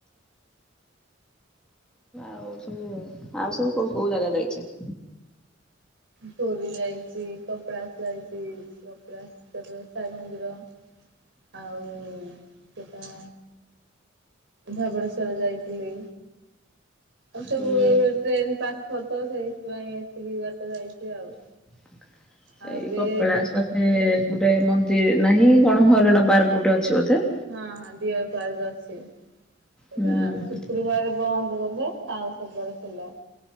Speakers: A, in the centre; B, on the right (about 65°).
A: ଆଉ ଆଉ ସବୁ କୋଉ କୋଉ ଜାଗା ଯାଇଛ?
B: ପୁରୀ ଯାାଇଛି, କପିଳାସ ଯାଇଛି, କପିଳାସ ର ସାଇ ମନ୍ଦିର ଆଉ ସେଟା ଧବଳେଶ୍ୱର ଯାଇଥିଲି। ଆଉ ସବୁ
A: ହୁଁ।
B: ଏଇ ଟ୍ରେନ ପାଖ ତ ସେଇଥିପାଇଁ ଏତିକି ଯ ବାଟ ଯାଇଛି ଆଉ।
A: <inaudible>
B: ଆଉ
A: ଏଇ
B: ଏବେ
A: କପିଳାସ ପାଖେ ଗୋଟେ ମନ୍ଦିର ନାହିଁ କଣ ହରିଣ ପାର୍କ ଗୋଟେ ଅଛି ବୋଧେ?
B: ହଁ ହଁ ଡିୟର ପାର୍କ ଅଛି ସେଟା
A: ହୁଁ
B: ଶୁକ୍ରବାର ବନ୍ଦ ବୋଧେ ଆଉ ସବୁବେଳେ ଖୋଲା।